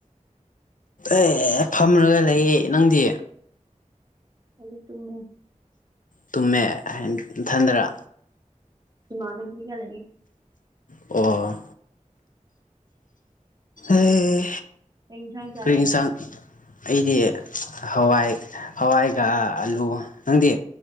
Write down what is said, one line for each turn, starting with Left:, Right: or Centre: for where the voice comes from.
Left: ꯑꯦ ꯐꯝꯔꯒ ꯂꯩꯌꯦ ꯅꯪꯗꯤ
Right: ꯍꯥꯏꯗꯤ ꯇꯨꯝꯃꯦ
Left: ꯇꯨꯝꯃꯦ ꯍꯥꯏ ꯏꯟꯊꯟꯗꯔ
Right: ꯏꯃꯥꯟꯅ ꯊꯒ ꯂꯩꯒꯦ
Left: ꯑꯣ ꯑꯦ
Right: ꯀꯩ ꯏꯟꯁꯥꯡ ꯆꯥꯔꯦ
Left: ꯀꯔꯤꯁꯥꯡ ꯑꯩꯗꯤ ꯍꯋꯥꯏ ꯍꯋꯥꯏꯒ ꯑꯂꯨ ꯅꯪꯗꯤ